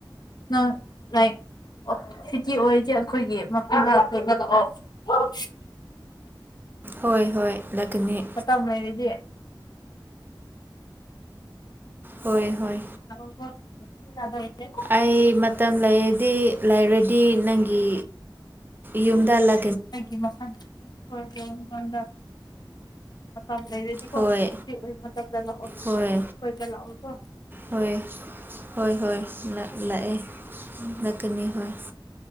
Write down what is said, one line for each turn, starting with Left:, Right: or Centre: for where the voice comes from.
Left: ꯅꯪ ꯔꯥꯏꯛ ꯑꯣꯐ ꯁꯤꯇꯤ ꯑꯣꯏꯗꯦ ꯑꯩꯈꯣꯏꯒꯤ ꯃꯄꯨꯗ ꯂꯩꯕ ꯂꯥꯛꯑꯣ
Right: ꯍꯣꯏ ꯍꯣꯏ ꯂꯗꯨꯅꯤ
Left: ꯇꯝ ꯂꯩꯔꯗꯤ
Right: ꯍꯣꯏ ꯍꯣꯏ
Left: <inaudible>
Right: ꯑꯩ ꯃꯇꯝ ꯂꯩꯔꯗꯤ ꯂꯩꯔꯗꯤ ꯅꯪꯒꯤ ꯌꯨꯝꯗ ꯂ
Left: ꯑꯩꯒꯤ ꯃꯈꯜ <inaudible> ꯃꯉꯣꯟꯗ ꯑ ꯂꯩ ꯀꯣ
Right: ꯍꯣꯏ
Left: ꯁꯤ ꯋꯤꯛ ꯃꯇꯝꯗ ꯂꯥꯛꯑꯣ
Right: ꯍꯣꯏ
Left: ꯀꫭꯏꯕ ꯂꯥꯛꯑꯣ ꯀꯣ
Right: ꯍꯣꯏ ꯍꯣꯏ ꯍꯣꯏ ꯂꯥꯛꯑꯦ ꯂꯥꯛꯀꯅꯤ ꯍꯣꯏ